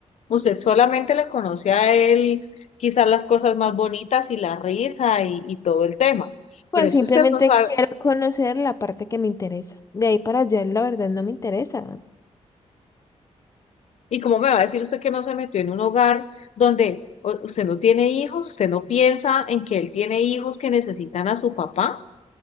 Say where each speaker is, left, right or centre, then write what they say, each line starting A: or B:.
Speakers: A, on the left; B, on the left.
A: Usted solamente le conoce a él quizás las cosas más bonitas y la risa y, y todo el tema,
B: Pues
A: pero es
B: simplemente
A: que usted no sabe.
B: quiero conocer la parte que me interesa. De ahí para allá, la verdad, no me interesa.
A: ¿Y cómo me va a decir usted que no se metió en un hogar donde o- usted no tiene hijos, usted no piensa en que él tiene hijos que necesitan a su papá?